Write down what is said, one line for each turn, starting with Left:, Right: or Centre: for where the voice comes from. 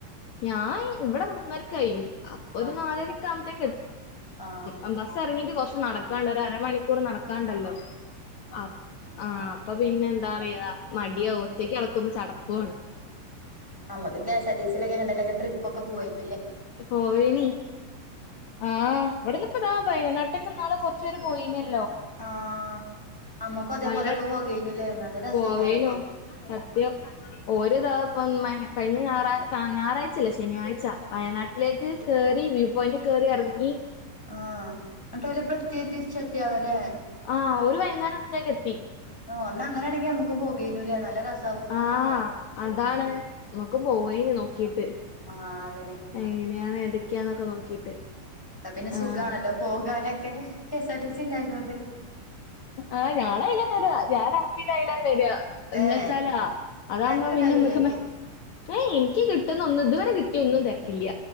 Left: ഞാൻ ഇവിടെ മൂന്നരക്ക് കയ്യും അപ്പൊ ഒരു
Centre: ആ
Left: നാലരക് ആവുമ്പോത്തേക്ക
Centre: ആ
Left: എ ബസ് ഇറങ്ങിയിട്ട് കുറച്ച് നടക്കാണ്ട് ഒരു അരമണിക്കൂർ കണ്ടല്ലോ ആ ആ അപ്പൊ പിന്നെ എന്താ റയാ മടിയാ ഒറ്റക്ക് അടക്കുമ്പോ ചടപ്
Centre: മ്മക്ക് K S R T C ലൊക്കെ എങ്ങട്ടല്ലോ ട്രിപ്പ്‌ ഒക്കെ പുവായിന്
Left: പോവനി ആഹ് ഇവിടന്ന്പ്പതയനാട്ട ക്കം നാളേ കുറചേരം പോയി <unintelligible>
Centre: ആഹ മ്മക്ക്‌ അതേപോലെക്
Left: വയനാട്ട്
Centre: പോകേനയില്ലേ നല്ല രസയികരപ്പം
Left: പോവേനു സത്യം ഓര് താപ്പം ഇമ്മനെ കഴിഞ്ഞ ഞായറാ ഞായറാഴ്ചല്ല ശനിയാ്ച വയനാട്ടിലേക്ക് കേയറി വ്യൂ പോയിന്റ് കേറി ഇറങ്ങി
Centre: ആഹ അട്ട അല പ്രത്യേ തിരിച്ചത്തിയാവല്ലേന്നെ
Left: ആഹ ഒരു വൈന്നേരം ആകുമ്പത്തേക്ക എത്തി
Centre: ഓ ഒന്ന് അങ്ങനൊണെങ്കിൽ നമുക്ക്‌ പോകാനയില്ലോ നല്ല രസ്
Left: ആഹ അതാണ് നമ്മക്ക് പോവേനി നോക്കീട്ട്
Centre: ആഹ് അതന്നെ
Left: എങ്ങനെയാണ് ഏതൊക്കെയാന്നൊക്കെ നോക്കീട്ട്
Centre: എന്ന പിന്നെ സുഖണല്ലോ
Left: ആഹ്
Centre: പോകാനൊക്കെ കെഎസ് ആർ ടി സി ഇണ്ടായതൊണ്ട്
Left: ആ് ഞാനയില വര ഞാൻ ആമീ അയില വര എന്ന
Centre: ഏഹ്
Left: വെച്ചാലാ അതാകുമ്പോ
Centre: തിരക്കുണ്ടാവില്ലേ
Left: പിന്നെ മ്മക്ക് മെ എനിക്ക് കിട്ടുന്ന ഒന്നും ഇതുവരെ കിട്ടിയ ഒന്നും തിരക്കില്ല